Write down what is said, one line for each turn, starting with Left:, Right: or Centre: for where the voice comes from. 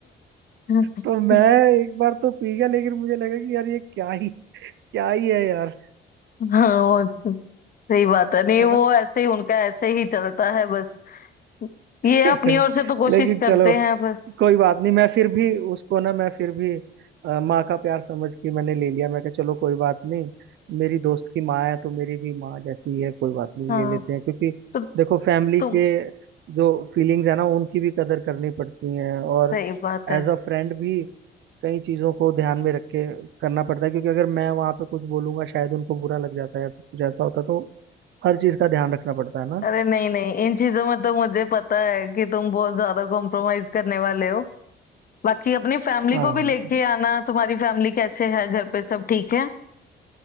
Left: <laughs>
Right: तो मैं एक बार तो पी गया लेकिन मुझे लगा कि यार ये क्या ही क्या ही है यार
Left: हाँ वो तो सही बात है नहीं
Right: है
Left: वो
Right: ना
Left: ऐसे ही उनका ऐसे ही चलता है बस ये
Right: <laughs>
Left: अपनी ओर
Right: लेकिन
Left: से तो कोशिश करते
Right: चलो
Left: हैं पर
Right: कोई बात नहीं मैं फिर भी उसको ना मैं फिर भी अ, माँ का प्यार समझ के मैंने ले लिया मैं कहा चलो कोई बात नहीं मेरी दोस्त की माँ है तो मेरी भी माँ जैसी ही है कोई बात नहीं
Left: हाँ
Right: ले लेते हैं क्योंकि
Left: तो
Right: देखो फैमिली
Left: तुम
Right: के जो फीलिंग्स है ना उनकी भी कदर करनी पड़ती है और
Left: सही बात है
Right: एज अ फ्रेंड भी कई चीज़ों को ध्यान में रख के करना पड़ता है क्योंकि अगर मैं वहाँ पे कुछ बोलूंगा शायद उनको बुरा लग जाता है या कुछ ऐसा होता है, तो हर चीज़ का ध्यान रखना पड़ता है ना
Left: अरे नहीं नहीं इन चीजों में तो मुझे पता है कि तुम बहुत ज्यादा कॉम्प्रोमाइज करने वाले हो बाकी अपनी फैमिली
Right: हाँ
Left: को भी
Right: हाँ
Left: लेके आना तुम्हारी फैमिली कैसे है घर पे सब ठीक है